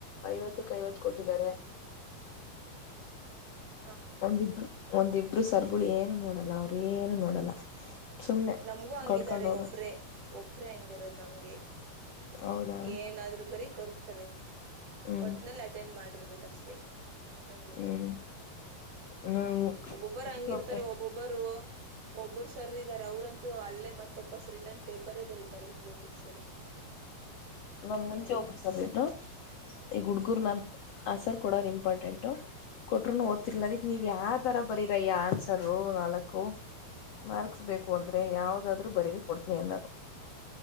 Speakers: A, on the left (about 70°); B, on the right (about 55°).
A: ಐವತ್ತಕ್ ಐವತ್ತು ಕೊಟ್ಟಿದ್ದಾರೆ
B: ಹಾ <inaudible>
A: ಒಂದಿಬ್ರು ಒಂದಿಬ್ರು ಸರ್ಗಳು ಏನು ನೋಡಲ್ಲ ಅವರು ಏನು ನೋಡಲ್ಲ ಸುಮ್ನೆ
B: ನಮಗೂ ಹಂಗಿದಿದ್ದಾರೆ
A: ಕೊಡ್ಕೊಂಡ್ ಹೋಗದ
B: ಒಬ್ರೆ ಒಬ್ರೇ ಹಂಗಿರದು ನಮ್ಗೆ
A: ಹೌದಾ
B: ಏನಾದ್ರು ಬರೀ ಕೊಡ್ತ ತಾರೆ
A: ಹ್ಮ್
B: ಒಟ್ಟನಲ್ಲಿ ಅಟೆಂಡ್ ಮಾಡ ಇರ್ಬೇಕಷ್ಟೇ ಅಂಗೇ
A: ಹ್ಮ್ ಹ್ಮ್
B: ಒಬ್ಬೊಬ್ಬರು
A: ಮುಂಚೆ
B: ಹಂಗಿರ್ತಾರೆ
A: ಒಬ್ರ
B: ಒಬ್ಬೊಬ್ಬರು ಒಬ್ಬರು ಸರ್ ಇದಾರೆ ಅವರಂತೂ ಅಲ್ಲೇ ಮತ್ತ ವಪುಸ್ ರಿಟರ್ನ್ ಪೇಪರೇ ಬರತಾರೆ ಬ್ಲೂ ಬುಕ್ಸ್ ಅಲ್ಲಿ
A: ನಮ್ ಮುಂಚೆ
B: ಹಂಗೆ
A: ಒಬ್ರು ಸರ್ ಇದ್ರು ಈಗ ಹುಡ್ಗರು ನಾನ್ ಆ ಸರ್ ಕೊಡ ಇಂಪಾರ್ಟೆಂಟ್ ಕೊಟ್ರರು ಓದ್ತಿನೀ ರನ್ನದುಕ್ಕಾ ನೀವ್ ಯಾವ ತರ ಬರೀರ ಈ ಆನ್ಸರ್ ನಾಲ್ಕು ಮಾರ್ಕ್ಸ್ ಬೇಕು ಅಂದ್ರೆ ಯಾವ್ದಾದ್ರು ಬರೀರಿ ಕೊಡ್ತನೀ ಅನ್ನುವರು